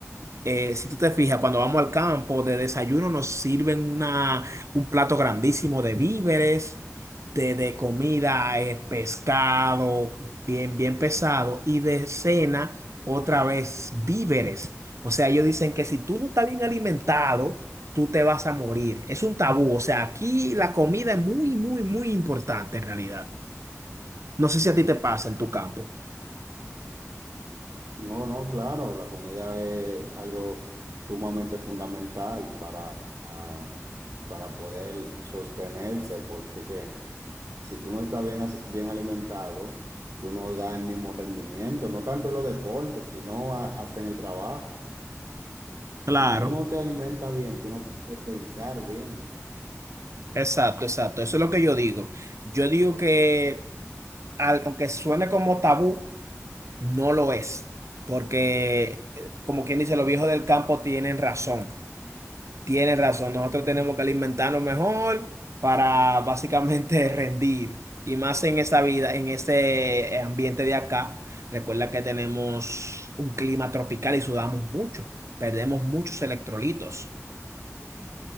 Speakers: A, on the right (about 65°); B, on the right (about 80°).
A: eh, si tú te fijas, cuando vamos al campo de desayuno nos sirven una, un plato grandísimo de víveres, de, de comida, eh, pescado, bien, bien pesado, y de cena, otra vez, víveres. O sea, ellos dicen que si tú no estás bien alimentado, tú te vas a morir. Es un tabú. O sea, aquí la comida es muy, muy, muy importante en realidad. No sé si a ti te pasa en tu campo.
B: No, no, claro, la comida es algo sumamente fundamental para, ah, para poder sostenerse, porque que, si tú no estás bien, as- bien alimentado, tú no das el mismo rendimiento, no tanto en los deportes, sino a- hasta en el trabajo.
A: Claro,
B: Si tú no te alimentas bien, tú no puedes pensar bien.
A: Exacto, exacto. Eso es lo que yo digo. Yo digo que al- aunque suene como tabú, no lo es, porque eh, como quien dice, los viejos del campo tienen razón, tienen razón. Nosotros tenemos que alimentarnos mejor para básicamente <laughs> rendir. Y más en esta vida, en este eh, ambiente de acá, recuerda que tenemos un clima tropical y sudamos mucho, perdemos muchos electrolitos,